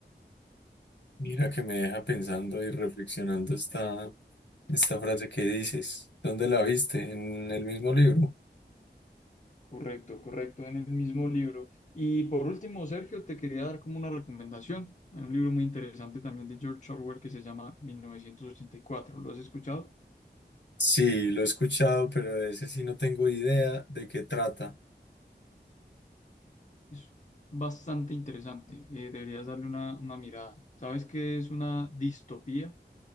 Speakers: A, on the left (about 75°); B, on the left (about 45°).
A: Mira que me deja pensando y reflexionando esta, esta frase que dices. ¿Dónde la viste? ¿En el mismo libro?
B: Correcto, correcto, en el mismo libro. Y por último, Sergio, te quería dar como una recomendación. Hay un libro muy interesante también de George Orwell que se llama Mil novecientos ochenta y cuatro. ¿Lo has escuchado?
A: Sí, lo he escuchado, pero de ese sí no tengo idea de qué trata.
B: Es bastante interesante. eh, deberías darle una, una mirada. ¿Sabes qué es una distopía?